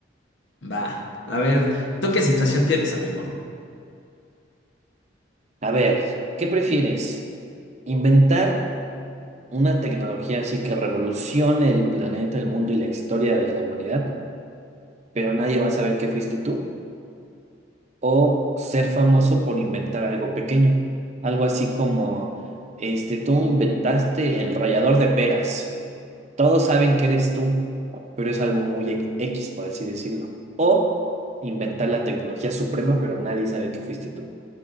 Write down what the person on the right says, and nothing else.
A ver, ¿qué prefieres? ¿Inventar una tecnología así que revolucione el planeta, el mundo y la historia de la humanidad, pero nadie va a saber que fuiste tú? ¿O ser famoso por inventar algo pequeño? Algo así como, este, tú inventaste el rallador de peras. Todos saben que eres tú, pero es algo muy e- X, por así decirlo. O inventar la tecnología suprema, pero nadie sabe que fuiste tú.